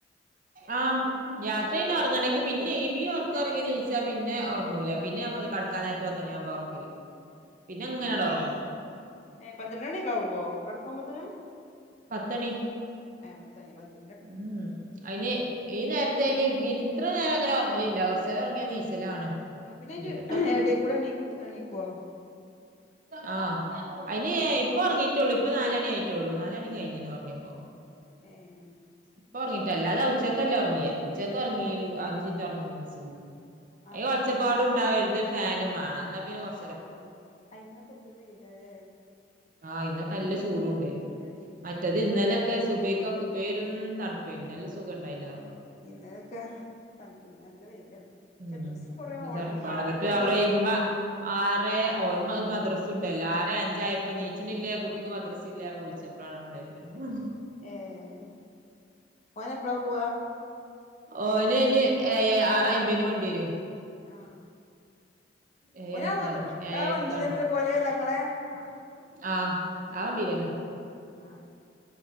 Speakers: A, on the right; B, on the left.
A: ആഹ് രാത്രിന്നെ ഒറങ്ങണെങ്കി പിന്നെ ഈ പീഒർകൊറങ്ങിനീച്ചാ പിന്നെ ഒർങ്ങൂല പിന്നെ അപ് കട് <unintelligible> പത്തുമണിയാകുമ്പോ ഒറക്കല് പിന്നെ <unintelligible>
B: ഏഹ് പന്ത്രണ്ട് മണിയൊക്കാവുവോ കെടക്കുമ്പോത്തിന്
A: പത്തണി
B: ഏഹ് പത്തണിയ പ
A: ഉം അയിന് ഈ നേരത്തയിന് ഇത്ര നേരങ്ങനെ ഒറങ്ങലില്ല കൊറച്ചേരം ഒർങ്ങിയാ നീച്ചലാണ്
B: ആ പിന്നെ
A: ഇഞ്ഞിപ്പോ
B: അയ്ന്റെ
A: എത്താണാവോ
B: എടെകൂടെ എണീക്കു എണീക്കുവോ
A: ആഹ് അയ്ന് ഇപ്പോ ഒറങ്ങീട്ടോള്ളൂ ഇപ്പോ നാലണി ആയിട്ടോള്ളൂ നാലണി കഴിഞ്ഞാണ് ഒറങ്ങിപ്പോ
B: ഏഹ്
A: ഇപ്പൊ ഒർങ്ങിട്ടല്ലാതെ ഉച്ചക്കല്ല ഉറങ്ങിയേ ഉച്ചക്ക് ഉറങ്ങിരു
B: ഏഹ്
A: അഞ്ചിൻറ്റ് ഒർങ്ങിനിസം
B: ആഹ്
A: എ
B: ആഹ്
A: ഒച്ചപ്പാടുണ്ടാവര്ത് ഫാനും മാണം എന്നാ പിന്നെ കൊർ
B: ആഹ് ആയിന്നപ്പെന്തൊരു വെയിലാലേ
A: ആഹ് ഇന്നൊക്കല്ല ചൂടുണ്ട്
B: നല്ല വെയില്
A: മറ്റത്
B: നല്ല
A: ഇന്നലെ
B: ചൂട്
A: ക്കെ സുബൈക്കൊക്കെ പേരുന്തണ്പ്പേനു നല്ല സുഖംണ്ടായിനി ഒർങ്ങ
B: ഇന്നതക്കെ തണുപ്പ്ന്ന് നല്ല വെയിലാണ് പഷേ
A: ഉം
B: ഡ്രസ്സ് കൊറേ
A: ഇന്ന്
B: ഒണങ്ങി
A: തണുപ്പാണ്
B: അതാണ്ടിപ്പത്
A: എന്നിട്ട്
B: കൊറ
A: <unintelligible> ആറെ ഓന് മദ്രസ് ഉണ്ട് ല്ലാറെ അഞ്ചായപ്പൊ നീച്ചനില്ലേ കുട്ടിക്ക് മദ്രസ ഇല്ലാരന്ന് വിളിച്ച പ്പളാണ് ഒണരണേ നാ
B: ഏഹ് ഓനെപ്പളാ പോവാ
A: ഓന് അയ്ന് ഏഴ് ആറബ്ബതിന് വണ്ടി വരുവേ
B: ആഹ്
A: ഏഴണിക്കാണ്
B: ഓഞാൻ ഓൽത്
A: ഏഴരക്കാണ്
B: ആ വണ്ടി തന്നെല്ലെ പോവല് തങ്ങളെ ആ വണ്ടീയില്
A: ആഹ് ആ വണ്ടീലെന്നെ
B: ആഹ്